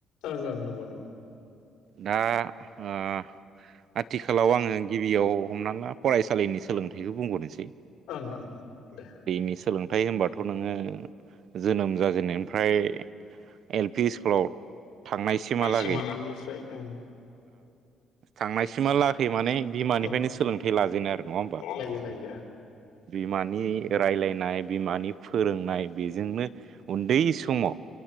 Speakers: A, on the left (about 85°); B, on the right (about 60°).
A: ओं ओं नंगौ नंगौ
B: दा आ आथिखालाव आङो गिबियाव हमना ला फरायसालिनि सोलोंथाइखौ बुंहरनोसै
A: ओं ओं ओं दे
B: नि सोलोंथाइ होनबाथ' नोङो जोनोम जाजेननायनिफ्राय एल पि स्कुलाव थांनायसिमहालागै
A: सोंनायनिफ्राय ओं
B: थांनायसिमा लागै माने बिमानिफ्रायनो
A: औ
B: सोलोंथाइ लाजेनो आरो नङा होमबा
A: लायो लायो
B: बिमानि रायलायनाय बिमानि फोरोंनाय बेजोंनो उन्दै समाव